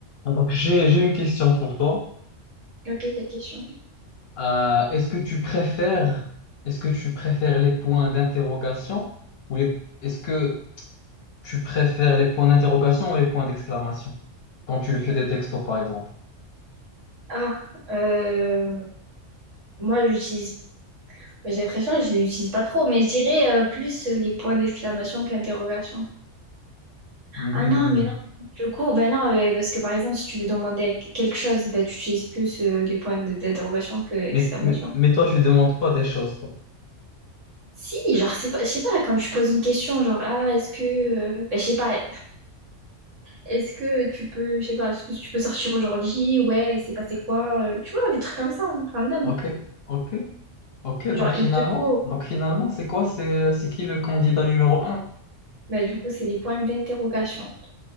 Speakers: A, on the left; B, on the right.
A: Ah, Donc j'ai j'ai une question pour toi.
B: Ok, quelle question?
A: Euh, est-ce que tu préfères est-ce que tu préfères les points d'interrogation ou les est-ce que tu préfères les points d'interrogation ou les points d'exclamation quand tu fais des textos par exemple?
B: Ah, euh, moi j'utilise, j'ai l'impression que je l'utilise pas trop, mais je dirais euh, plus les points d'exclamation qu'interrogation.
A: Hmm.
B: Ah non, mais non, du coup, ben non, euh, parce que par exemple, si tu veux demander à que- quelque chose, ben, tu utilises plus euh, les points de- d'interrogation que exclamation.
A: Mais, mais, mais toi tu demandes pas des choses toi.
B: Si, genre, c'est pas, je sais pas, quand tu poses une question, genre, ah, est-ce que, euh, ben, je sais pas, est-ce que tu peux, je sais pas, est-ce que tu peux sortir aujourd'hui? Ouais, il s'est passé quoi? Euh, Tu vois, des trucs comme ça, hein, random.
A: OK? OK? OK, donc
B: Genre,
A: finalement,
B: il te faut.
A: donc finalement, c'est quoi? C'est euh, c'est qui le candidat numéro un
B: Bah, du coup, c'est des points d'interrogation.